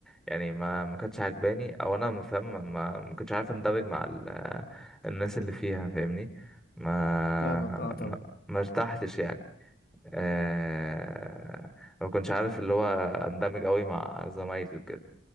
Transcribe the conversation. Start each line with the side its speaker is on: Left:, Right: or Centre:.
Centre: يعني ما ما كانتش عجباني او انا ما فاهم ما ما ما كنتش عارف اندمج مع ال- آه، الناس اللي فيها فاهمني ما
Left: فاهمك اه طبعا
Centre: ما ما ارتحتش يعني آه ما كنتش عارف اللي هو اندمج قوي مع زمايلي وكده